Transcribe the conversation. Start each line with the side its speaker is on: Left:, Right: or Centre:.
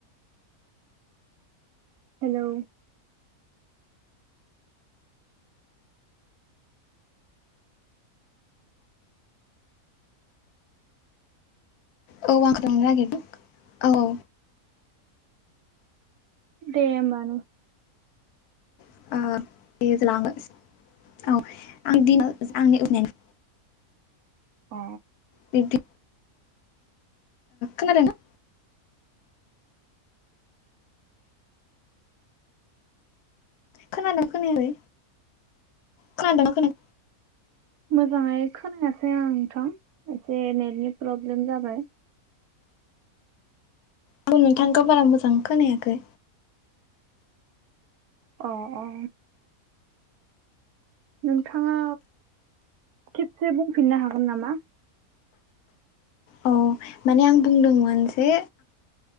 Right: hello.
Left: औ आंखौ लांनो नागिरदों औ औ।
Right: दे होमबा नों
Left: <unintelligible>
Right: अ।
Left: बिदि खोनादों। खोनादों खोनायै खोनादों खोन
Right: मोजाङै खोनायासै आं नोंथां एसे नेटनि प्रब्लेम जाबाय।
Left: आंबो नोंथांखौ बारा मोजां खोनायाखै।
Right: अ अ। नोंथाङा खेबसे बुंफिननो हागोन नामा?
Left: औ माने आं बुंदोंमोन जे